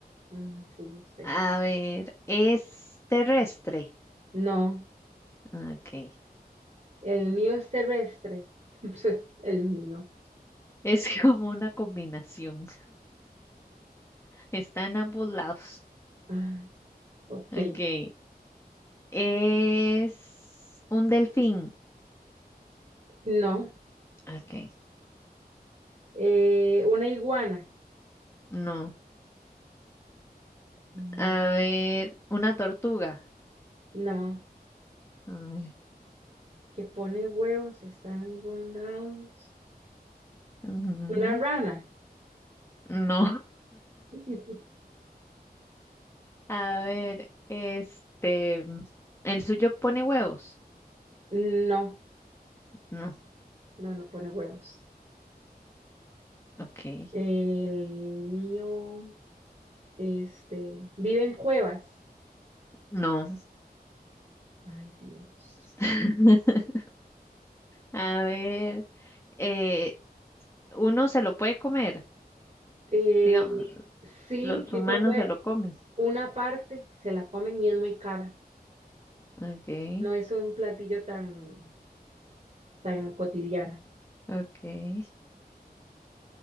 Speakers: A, on the right (about 40°); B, on the left (about 15°).
A: Mm, sí, espera.
B: A ver, es terrestre.
A: No,
B: Ah, Ok.
A: el mío es terrestre. <laughs> El mío.
B: Es <laughs> como una combinación. Está en ambos lados.
A: Ah, ok.
B: Ok. Es un delfín.
A: No.
B: Ok.
A: Eh, una iguana.
B: No.
A: Mm,
B: A ver, una tortuga.
A: No.
B: A ver,
A: que pone huevos, está en algún lado.
B: ujú,
A: Una rana.
B: No. <laughs>
A: <laughs>
B: A ver, este, ¿el suyo pone huevos?
A: No,
B: No.
A: no, no pone huevos.
B: Ok.
A: El mío, este, vive en cuevas.
B: No.
A: Ay, Dios.
B: <laughs> A ver, eh, ¿uno se lo puede comer?
A: Eh,
B: Digamos.
A: sí,
B: Los
A: sí
B: humanos
A: se puede.
B: se lo comen.
A: Una parte se la comen y es muy cara.
B: Okay,
A: No es un platillo tan, tan cotidiano.
B: okay.